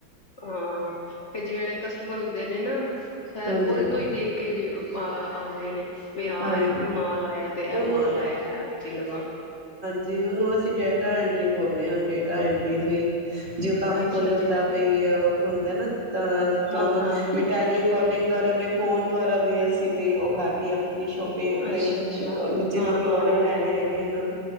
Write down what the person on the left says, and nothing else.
ਹਾਂ ਤੇ ਜਿਵੇਂ ਜਿਹੜੇ ਕਸਟਮਰ ਹੁੰਦੇ ਨੇ ਨਾ
ਉਹਦੇ ਤੋਂ ਹੀ ਦੇਖ ਕੇ ਅ ਆਉਂਦੇ ਨੇ ਪ ਆਹ
ਮਾਂ ਆਾਇਆ ਤੇ ਇਹ
ਮਾਂ ਲ ਆਇਆ ਹੈ ਚਨਆ
ਅੱਛਾ-ਅੱਛਾ
ਹਾਂ-ਹਾਂ
ਅੱਛਾ-ਅੱਛਾ
ਹਾਂ-ਹਾਂ